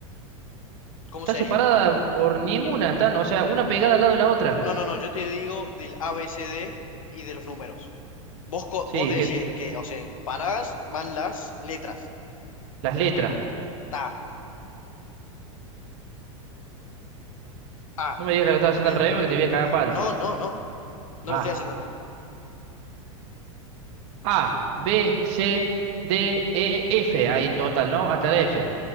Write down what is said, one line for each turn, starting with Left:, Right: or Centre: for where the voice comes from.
Left: ¿Cómo
Right: está
Left: sería?
Right: separada por ninguna. Están, o sea, una pegada al lado de la otra.
Left: No, no, no, yo te digo del A B C D y de los números. Vos, co-
Right: Sí,
Left: vos decís
Right: que
Left: que, o sea, en paradas van las letras.
Right: las letras.
Left: Ta, A,
Right: No me digas que lo estás haciendo
Left: P.
Right: al revés porque te voy a cagar a palo.
Left: No, no, no. No
Right: Ah,
Left: lo estoy haciendo al revés.
Right: A, B, C, D, E, F. Ahí en total, ¿no? Hasta la F.